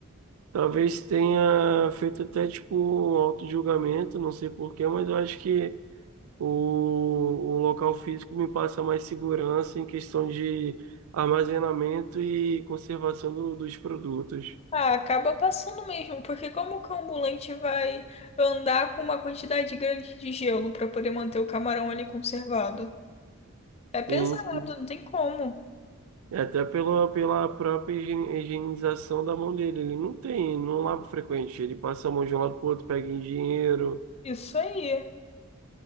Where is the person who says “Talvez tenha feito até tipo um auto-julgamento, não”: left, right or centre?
Right